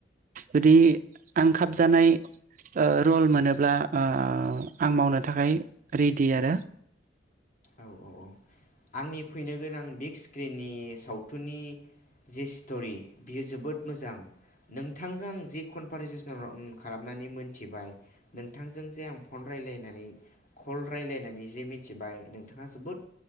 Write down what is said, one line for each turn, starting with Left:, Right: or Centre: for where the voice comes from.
Right: जुदि आं खाब जानाय ओ रल मोनोब्ला ओ आं मावनो थाखाय रेडि आरो।
Left: औ औ औ आंनि फैनो गोनां बिग स्क्रिननि सावथुननि जि स्ट'रि बियो जोबोद मोजां नोंथांजों आं जि कनभारजेसन खालामनानै मोनथिबाय नोंथांजों जे आं फन रायजलायनानै कल रायजलायनानै जे मिथिबाय नों बिथाङा जोबोद